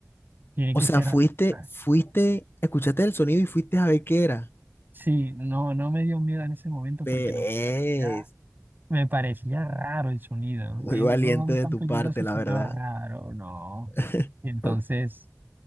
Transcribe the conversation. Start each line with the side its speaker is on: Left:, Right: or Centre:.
Right: tiene
Left: O
Right: que
Left: sea,
Right: ser
Left: fuiste,
Right: algo más.
Left: fuiste, escuchaste el sonido y fuiste a ver qué era.
Right: Sí, no, no me dio miedo en ese momento
Left: Ves,
Right: porque no parecía Me parecía raro el sonido,
Left: muy
Right: eh,
Left: valiente
Right: no
Left: de
Right: tan
Left: tu
Right: peligroso,
Left: parte,
Right: sino
Left: la verdad.
Right: raro, no.
Left: <laughs>
Right: entonces
Left: Ok.